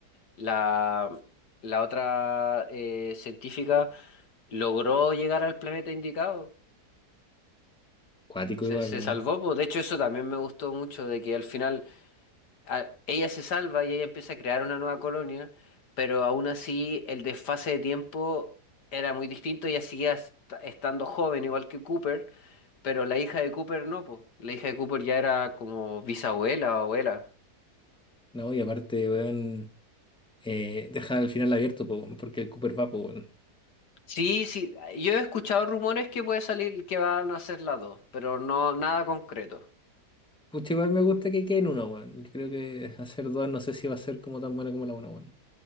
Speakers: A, on the left; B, in the centre.
A: la, la otra eh, científica logró llegar al planeta indicado.
B: Cuático
A: Se,
B: igual,
A: se
B: weón.
A: salvó, pues. De hecho, eso también me gustó mucho, de que al final a- ella se salva y ella empieza a crear una nueva colonia, pero aún así el desfase de tiempo era muy distinto. Ella seguía est- estando joven, igual que Cooper, pero la hija de Cooper no, po. La hija de Cooper ya era como bisabuela o abuela.
B: No, y aparte, weón, eh, dejar el final abierto, po, weón, porque el Cooper va, po, weón.
A: Sí, sí, yo he escuchado rumores que puede salir que van a ser las dos, pero no nada concreto.
B: Pucha, igual me gusta que queden uno, weón. Yo creo que hacer dos no sé si va a ser como tan buena como la una, weón.